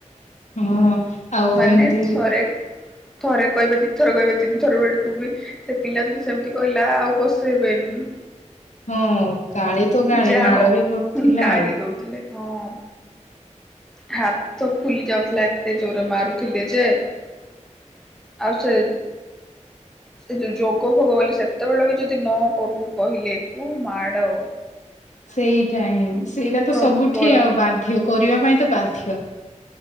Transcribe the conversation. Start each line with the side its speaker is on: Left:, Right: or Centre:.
Left: ହଁ। ଆଉ
Centre: ମାନେ
Left: ଏମିତି
Centre: ଥରେ। ଥରେ କହିବେ ଦି ଥର କହିବେ ତିନି ଥର ବେଳକୁ ବି ସେ ପିଲା ଯଦି ସେମିତି କହିଲା ଆଉ ପଶେଇ ବେନି।
Left: ହଁ ଗାଳି ତ ଗାଳି
Centre: ଯାଅ
Left: ମାଡ଼ ବି ପଡୁଥିଲା
Centre: କାଢି
Left: ଆଉ।
Centre: ଦଉଥିଲେ ହଁ ହାତ ଫୁଲି ଯାଉଥିଲା ଏତେ ଜୋରେ ମାରୁୁଥିଲି ଯେ। ଆଉ ସେ ସେ ଯୋଉ ଯୋଗ ଭୋଗ ବୋଲି ସେତେବେଳେ ବି ଯଦି ନ କରୁ କହିଲେ କୋଉ ମାଡ
Left: ସେଇଟା ହିଁ ସେଇଟା ତ
Centre: ପ୍ରବଳ
Left: ସବୁଠି ଆଉ ବାଧ୍ୟ କରିବା ପାଇଁ ତ ବାଧ୍ୟ।